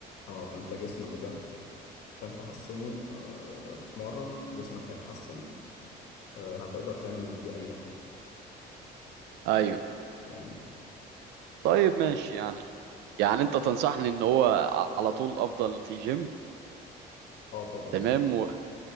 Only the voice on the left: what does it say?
اه فانت جسمك ده عشان تحسنه آه تتمرن جسمك هيتحسن آه هتقدر تعمل بيه أي حاجة
فاهم
اه طبعا